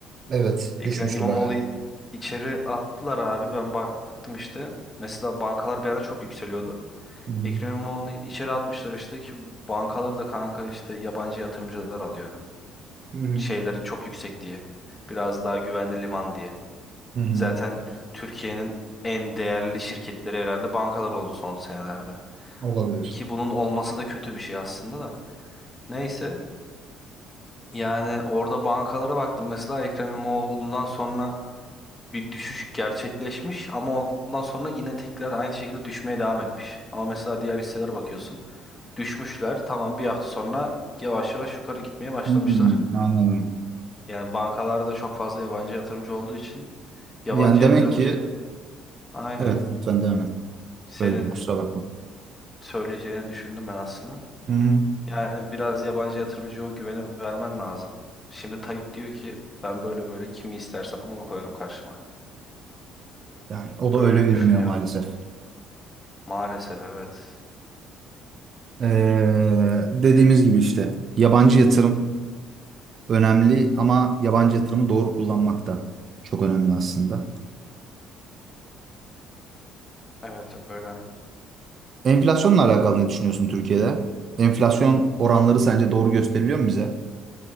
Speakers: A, on the right; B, on the left.
A: Evet,
B: Ekrem
A: düşmüştü
B: İmamoğlu'yu
A: bayağı.
B: içeri attılar abi ben baktım işte. Mesela bankalar bir ara çok yükseliyordu.
A: Hı hı.
B: Ekrem İmamoğlu'nu içeri atmışlar işte ki bankaları da kanka işte yabancı yatırımcılar alıyor.
A: Hı hı.
B: Şeyleri çok yüksek diye. Biraz daha güvenli liman diye.
A: Hı hı.
B: Zaten Türkiye'nin en değerli şirketleri herhalde bankalar oldu son senelerde.
A: Olabilir.
B: Ki bunun olması da kötü bir şey aslında da. Neyse yani orada bankalara baktım mesela Ekrem İmamoğlu'ndan sonra bir düşüş gerçekleşmiş ama ondan sonra yine tekrar aynı şekilde düşmeye devam etmiş. Ama mesela diğer hisselere bakıyorsun düşmüşler tamam bir hafta sonra yavaş yavaş yukarı gitmeye başlamışlar.
A: Hmm, anladım.
B: Yani bankalarda çok fazla yabancı yatırımcı olduğu için yabancı
A: Yani demek
B: yatırımcı
A: ki
B: aynen.
A: evet lütfen devam et.
B: Senin
A: Böldüm kusura bakma.
B: söyleyeceğini düşündüm ben aslında.
A: Hı hı.
B: Yani biraz yabancı yatırımcıya o güveni vermen lazım. Şimdi Tayyip diyor ki ben böyle böyle kimi istersem onu koyarım karşıma.
A: Yani o da
B: Böyle
A: öyle yürümüyor
B: düşünüyorum.
A: maalesef.
B: Maalesef evet.
A: Ee, dediğimiz gibi işte yabancı yatırım önemli ama yabancı yatırımı doğru kullanmak da çok önemli aslında.
B: Evet öyle.
A: Enflasyonla alakalı ne düşünüyorsun Türkiye'de? Enflasyon oranları sence doğru gösteriliyor mu bize?